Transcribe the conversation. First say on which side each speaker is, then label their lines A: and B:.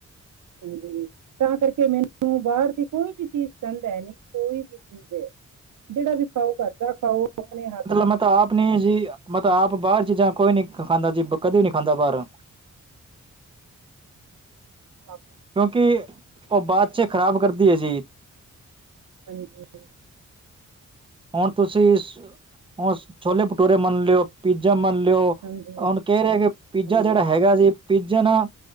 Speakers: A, on the right; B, on the right.
A: ਹਾਂਜੀ, ਤਾਂ ਕਰਕੇ ਮੈਨੂੰ ਬਾਅਰ ਦੀ ਕੋਈ ਵੀ ਚੀਜ਼ ਪਸੰਦ ਹੈ ਨਈ, ਕੋਈ ਵੀ ਠੀਕ ਏ, ਜੇਅੜਾ ਵੀ ਖਾਓ, ਘਰਦਾ ਖਾਓ, ਆਪਣੇ ਹੱਥ ਨਾਲ ਬ
B: ਮੈਂ ਤਾਂ ਆਪ ਆਪਣੀ ਜੀ, ਮਤਲਬ ਆਪ ਬਾਹਰ ਚੀਜ਼ਾਂ ਕੋਈ ਨੀ ਖਾਂਦਾ ਜੀ, ਕਦੀ ਵੀ ਨਈ ਖਾਂਦਾ ਬਾਹਰੋ।
A: ਆਪ
B: ਕਿਉਂਕਿ ਔਹ ਬਾਅਦ ਚ, ਖ਼ਰਾਬ ਕਰਦੀ ਐ ਜੀ।
A: ਹਾਂਜੀ।
B: ਹੁਣ ਤੁਸੀਂ ਔਸ, ਛੋਲੇ ਭਟੂਰੇ ਮੰਨ ਲਓ। ਪੀਜਾ ਮੰਨ ਲਿਓ,
A: ਹਾਂਜੀ
B: ਹੁਣ ਕੇ ਰਏ ਕਿ ਪੀਜਾ
A: ਹਾਂਜੀ
B: ਜੇਅੜਾ ਹੈਗਾ ਜੇ ਪੀਜਾ ਨਾ,